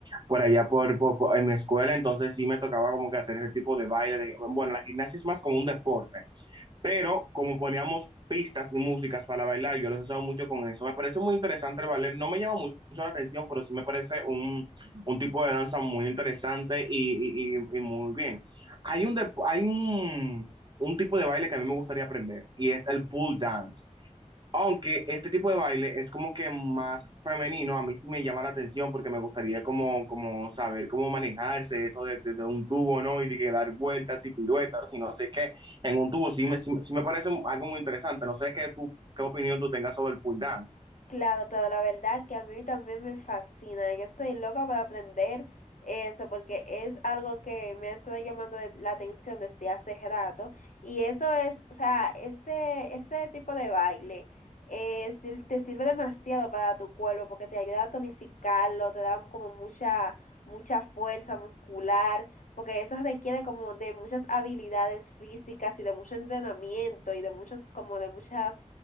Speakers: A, on the right (about 35°); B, on the left (about 85°).
A: por allá por, por- por- en mi escuela, entonces sí me tocaba como que hacer ese tipo de baile. de- bueno, la gimnasia es más como un deporte, pero como poníamos pistas y músicas para bailar, yo los he usado mucho con eso. Me parece muy interesante el ballet, no me llama mucho la atención, pero sí me parece un, un tipo de danza muy interesante y, y- y- y muy bien. Hay un, dep- hay un, un tipo de baile que a mí me gustaría aprender y es el pool dance. Aunque este tipo de baile es como que más femenino, a mí sí me llama la atención porque me gustaría como, como saber cómo manejarse eso de, de- de un tubo, ¿no? Y de que dar vueltas y piruetas y no sé qué en un tubo. Sí me, sí, me sí me parece algo muy interesante. No sé qué, tú, qué opinión tú tengas sobre el pool dance.
B: Claro, claro, la verdad que a mí también me fascina, de que estoy loca para aprender eso, porque es algo que me ha estado llamando de- la atención desde hace rato, y eso es, o sea, ese, ese tipo de baile eh, sir- te sirve demasiado para tu cuerpo, porque te ayuda a tonificarlo, te da como mucha, mucha fuerza muscular, porque eso requiere como de muchas habilidades físicas y de mucho entrenamiento y de muchos, como de muchas